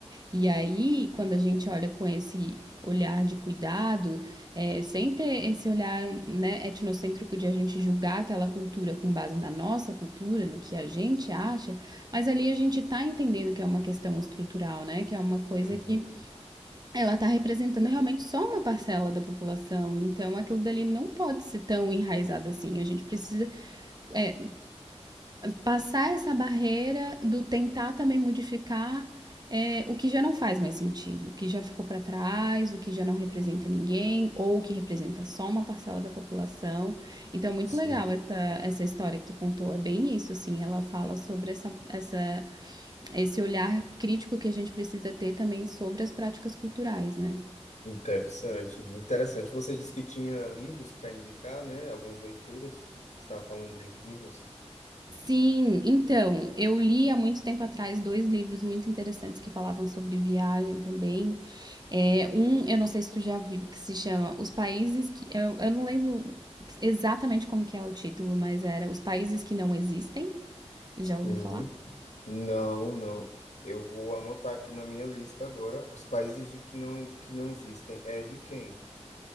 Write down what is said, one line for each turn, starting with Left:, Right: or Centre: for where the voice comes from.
Right: E aí, quando a gente olha com esse olhar de cuidado, é, sem ter esse olhar né, etnocêntrico de a gente julgar aquela cultura com base na nossa cultura, no que a gente acha, mas ali a gente está entendendo que é uma questão estrutural, né? Que é uma coisa
Left: Uhum,
Right: que ela está representando realmente só uma parcela da população, então aquilo dali não pode ser tão enraizado assim. A gente precisa é, passar essa barreira do tentar também modificar é, o que já não faz mais sentido, o que já ficou para trás, o que já não representa ninguém, ou o que representa só uma parcela da população. Então, muito
Left: sim.
Right: legal essa, essa história que tu contou, é bem isso, assim, ela fala sobre essa, essa, esse olhar crítico que a gente precisa ter também sobre as práticas culturais, né?
Left: Interessante, interessante. Você disse que tinha livros para indicar, né? Algumas leituras. Você estava falando de livros.
Right: Sim, então, eu li há muito tempo atrás dois livros muito interessantes que falavam sobre viagem também. É, um, eu não sei se tu já viu, que se chama Os Países que. Eu, eu não lembro exatamente como que é o título, mas era Os Países que Não Existem. Já ouviu
Left: Uhum.
Right: falar?
Left: Não, não. Eu vou anotar aqui na minha lista agora os países de que não, que não existem. É de quem?